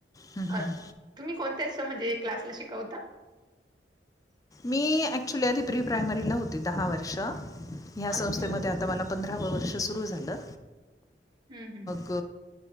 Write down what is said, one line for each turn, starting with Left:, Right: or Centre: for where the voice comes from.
Left: हम्म, हम्म,
Right: अ
Left: हम्म.
Right: तुम्ही कोणत्या अस म्हणजे क्लासला शिकवता?
Left: मी ऍक्च्युली आधी प्री प्रायमरीला होती दहा वर्ष. ह्या
Right: अच्छा
Left: संस्थेमध्ये आता मला पंधराव वर्ष सुरू झालं.
Right: हम् हम हम.
Left: अ.